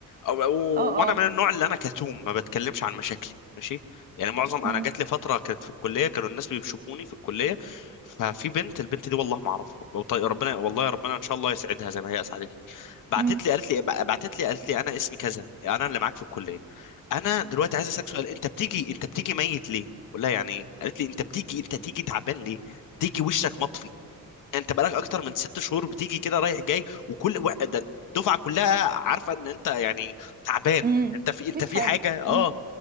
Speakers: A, on the left; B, on the right.
A: أو أو-
B: اه اه
A: وانا من النوع اللي انا كتوم ما بتكلمش عن مشاكلي ماشي يعني معظم
B: امم
A: انا جات لي فتره كانت في الكليه كانوا الناس بيشوفوني في الكليه ففي بنت البنت دي والله ما اعرفها وطي- ربنا والله يا ربنا ان شاء الله يسعدها زي ما هي اسعدتني بعتت
B: امم
A: لي قالت لي بعتت لي قالت لي انا اسمي كذا انا اللي معاك في الكليه انا دلوقتي عايز اسالك سؤال انت بتيجي انت بتيجي ميت ليه ولا يعني ايه قالت لي انت بتيجي انت تيجي تعبان ليه تيجي وشك مطفي انت بقالك اكتر من ست شهور بتيجي كده رايح جاي وكل و- ده الدفعه كلها عارفه ان انت يعني تعبان
B: امم
A: انت في انت
B: فيك
A: في
B: حاجه
A: حاجه اه
B: امم